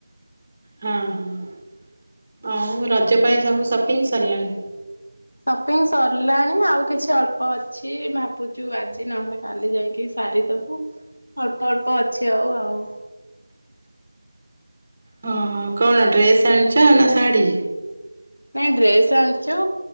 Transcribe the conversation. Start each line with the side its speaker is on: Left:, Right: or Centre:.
Right: ହଁ ଆଉ ରଜ ପାଇଁ ସବୁ ସପିଙ୍ଗ ସରିଲାଣି।
Left: ସପିଙ୍ଗ ସରିଲାଣି ଆଉ କିଛି ଅଳ୍ପ ଅଛି ଭାବୁଛୁ ଆଜି ନହେଲେ କାଲି ଯାଇକି ସାରିଦବୁ ଅଳ୍ପ ଅଳ୍ପ ଅଛି ଆଉ ଆଉ।
Right: ହଁ ହଁ କଣ ଡ୍ରେସ୍ ଆଣିଛ ନା ଶାଢ଼ୀ?
Left: ନାଇଁ ଡ୍ରେସ୍ ଆଣିଛୁ